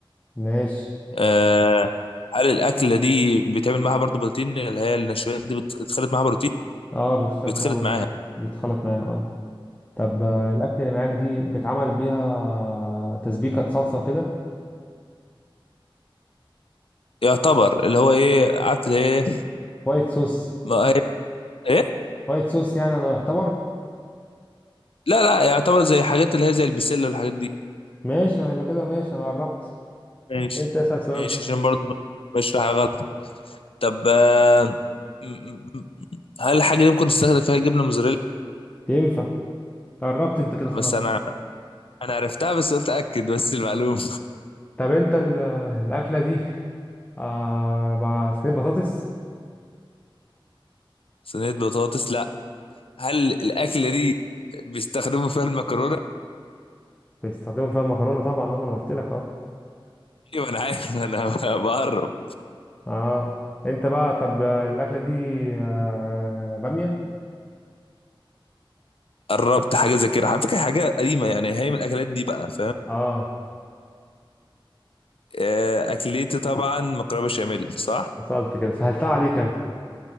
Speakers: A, on the left (about 15°); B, on the left (about 80°).
A: ماشي
B: آه هل الاكله دي بيتعمل معاها برضو بروتين اللي هي النشويات دي بتخلط معاها بروتين
A: اه بيختلط
B: بيتخلط
A: بقى بروتين
B: معاها
A: بيتخلط معاه اه طب آه، الاكل اللي معاك دي بيتعمل بيها تسبيكه صلصه وكده
B: يعتبر اللي هو ايه عارف اللي ايه
A: وايت صوص
B: ما هي ايه
A: وايت صوص يعني انا يعتبر
B: لا لا يعتبر زي حاجات اللي هي زي البسله والحاجات دي
A: ماشي انا يبقى كده ماشي انا قربت
B: ماشي
A: انت اسال سؤالك
B: ماشي عشان برضه بشرح غلط طب آه، م- م- م- هل الحاجه دي ممكن تستخدم فيها جبنه موزاريلا
A: ينفع قربت انت كده خلاص
B: بس انا انا عرفتها بس قلت اكد بس المعلومه
A: طب انت ال- الاكله دي آه بقى صينيه بطاطس
B: <laughs> صينيه بطاطس لا هل الاكله دي بيستخدموا فيها المكرونه <laughs>
A: بيستخدموا فيها مكرونه طبعا اه ما انا قلت لك اه
B: ايوه انا عارف انا <laughs> بقرب
A: اه انت بقى طب آه، الاكله دي آه باميه
B: قربت حاجه زي كده على فكره حاجه قديمه يعني هي من الاكلات دي بقى فاهم
A: اه
B: آه، اكلتي طبعا مكرونه بشاميل صح
A: وصلت كده سهلتها عليك انا